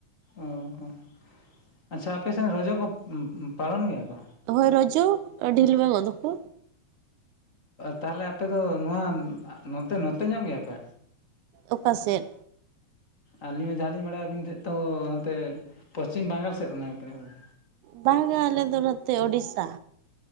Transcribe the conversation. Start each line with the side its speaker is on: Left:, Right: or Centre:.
Left: ᱚᱻ ᱦᱚ ᱟᱪᱪᱷᱟ ᱟᱯᱮ ᱥᱮ ᱨᱚᱡᱚ ᱠᱚ ᱩᱸ ᱩᱸ ᱯᱟᱲᱚᱱ ᱜᱮᱭᱟ ᱠᱚ?
Right: ᱦᱳᱭ ᱨᱚᱡᱚ ᱟᱰᱷᱤᱞᱩᱣᱝᱚᱜ ᱫᱚᱠᱚ᱾
Left: ᱛᱟᱦᱞᱮ ᱟᱯᱮ ᱫᱚ ᱱᱚᱣᱟ ᱱᱚᱛᱮ-ᱱᱚᱛᱮ ᱧᱚᱜ ᱜᱮᱭᱟᱯᱮ?
Right: ᱚᱠᱟ ᱥᱮᱫ?
Left: ᱟᱹᱞᱤᱧ ᱫᱚ ᱡᱟᱦᱟᱸ ᱞᱤᱧ ᱵᱟᱲᱟᱭᱟ ᱟᱹᱵᱤᱱ ᱛᱷᱮᱫ ᱛᱳᱻᱦᱟᱱᱛᱮ ᱯᱚᱥᱪᱤᱢ ᱵᱟᱝᱜᱟᱞ ᱥᱮᱫ ᱨᱮᱱ ᱠᱟᱱᱟ ᱵᱤᱱ᱾
Right: ᱵᱟᱝᱟ ᱟᱞᱮ ᱫᱚ ᱱᱚᱛᱮ ᱳᱰᱤᱥᱥᱟ᱾